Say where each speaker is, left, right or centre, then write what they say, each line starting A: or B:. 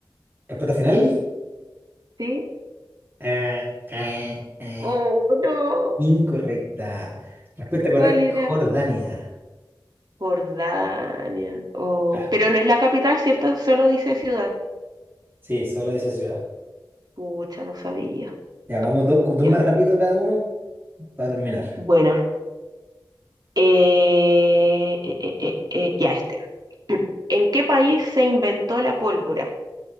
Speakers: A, on the right; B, on the right.
A: ¿Respuesta final?
B: ¿Sí?
A: Ah, ah, ah.
B: Oh, no.
A: Incorrecta. Respuesta correcta,
B: ¿Cuál era?
A: Jordania.
B: Jordania. Oh,
A: Ya,
B: pero no es la capital, ¿cierto? Solo dice ciudad.
A: Sí, solo dice ciudad.
B: Pucha, no sabía.
A: Ya, vamos dos, dos
B: Ya.
A: más rápido cada uno para terminar.
B: Buena. Eh, eh, eh, eh, eh, ya este. <clears throat> ¿En qué país se inventó la pólvora?